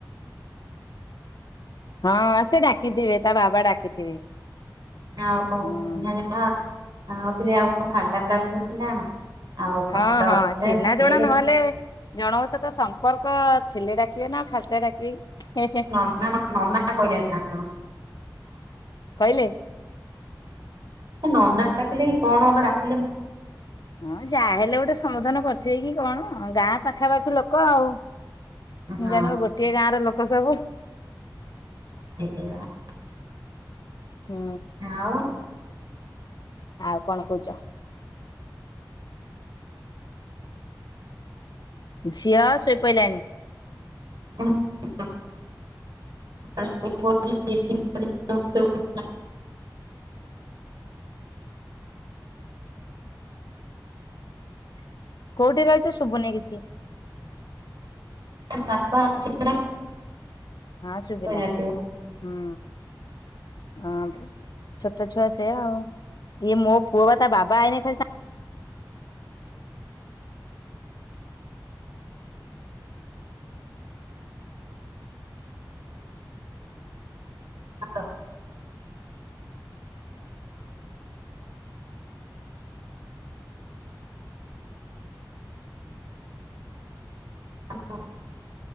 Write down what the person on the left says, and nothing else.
ହଁ ସେ ଡାକିଥିବେ ତା ବାବା ଡାକିଥିବେ
ହୁଁ
ହଁ ହଁ
ଚିହ୍ନା
ଜଣା ନ ହେଲେ ଜଣଙ୍କ ସହିତ ସମ୍ପର୍କ ଥିଲେ ଡାକିବେ ନା ଖାଲିଟାରେ ଡାକିବେ କି ହେଁ ହେଁ।
କହିଲେ
ହଁ ଯାହା ହେଲେ ଗୋଟେ ସମାଧାନ କରିଥିବେ କି କଣ ଗାଁ ପାଖାପାଖି ଲୋକ ଆଉ
ଜାଣିବ ଗୋଟିଏ ଗାଁ ର ଲୋକ ସବୁ
ହୁଁ
ଆଉ କଣ କହୁଛ ଝିଅ ଶୋଇପଡ଼ିଲାଣି
କୋଉଠି ରହିଛ ଶୁଭୁନି କିଛି
ହଁ ଶୁଭିଲା
ହୁଁ ହଁ ଛୋଟ ଛୁଆ ସେଆ ଆଉ ଇଏ ମୋ ପୁଅ ବା ତା ବାବା ଆଇନି ଖାଲି